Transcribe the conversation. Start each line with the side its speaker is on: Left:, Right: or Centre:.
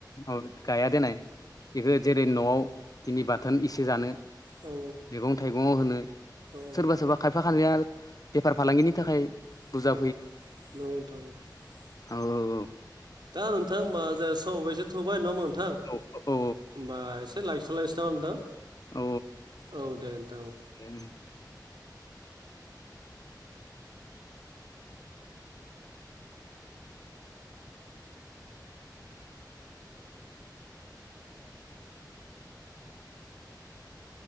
Left: माबा गाया देननाय बेखौ जेरै न'आव दिनि बाथोन एसे जानो
Right: औ
Left: मैगं थाइगंआव होनो
Right: औ नंगौ
Left: सोरबा सोरबा खायफा खाया बेफार फालांगिनि थाखाय
Right: औ
Left: बुरजा
Right: नंगौ नोंथां
Left: औ औ औ
Right: दा नोंथां होमबा जे समाबो एसे थौबाय नङा होमबा नोंथां
Left: औ औ
Right: होमबा एसे से लाखि थलखयनोसै नामा नोंथां
Left: औ
Right: औ दे नोंथां औ
Left: औ